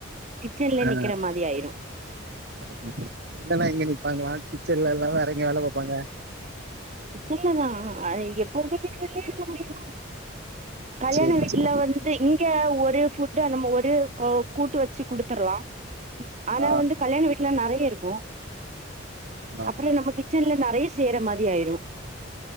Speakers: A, on the right; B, on the right.
A: கிச்சன்ல
B: அ
A: நிக்கிற மாரி ஆயிரு
B: ஓகே இங்க தா இங்க நிப்பாங்க கிச்சன்னல்லல்லா எறங்கி வேல பாப்பாங்க
A: கிச்சன்லதா அ எப்பவுமே கிச்சன்லே இருக்க முடியுமா கல்யாண
B: சரி
A: வீட்ல
B: சரி
A: வந் து இங்க ஒரே ஃபுட்டு நம்ம ஒரே கோ கூட்டு வச்சு குடுத்தர்லா ம் ஆனா
B: ஆ
A: வந்து கல்யாண வீட்ல நறைய இருக்கு
B: ஆமா
A: அப்புறோ நம்ம கிச்சன்ல நறைய செய்ற மாரி ஆயிரு